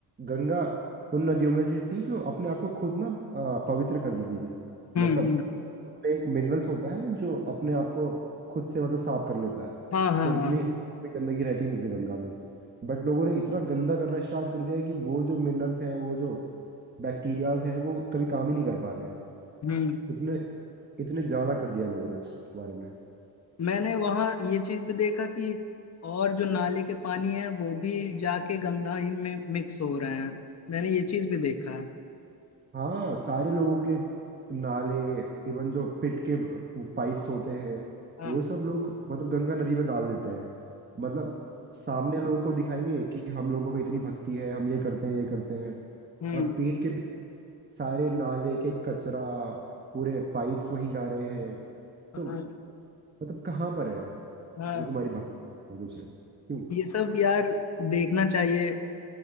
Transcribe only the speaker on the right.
गंगा उन नदियों में से थी जो अपने आप को खुद ना अ, पवित्र कर देती थी
मतलब
उसमें एक मिनरल्स होता है जो अपने आप को खुद से मतलब साफ कर लेता है
तो इतनी
इतनी गंदगी रहती नहीं थी गंगा में बट लोगों ने इतना गंदा करना स्टार्ट कर दिया है कि वो जो मिनरल्स हैं वो जो बैक्टीरियाज हैं वो कभी काम ही नहीं कर पा रहे हैं
इतने इतने ज्यादा कर दिया लोगों ने उसके बारे में
हाँ सारे लोगों के नाले इवन जो पिट के पाइप्स होते हैं
वो सब लोग मतलब गंगा नदी में डाल देते हैं मतलब सामने लोगों को दिखाएंगे कि हम लोगों में इतनी भक्ति है हम ये करते हैं ये करते हैं
और पीठ के पीछे सारे नाले के कचरा पूरे पाइप्स वहीं जा रहे हैं
तो मतलब कहाँ पर है
जो तुम्हारी भक्ति है कुछ है क्यों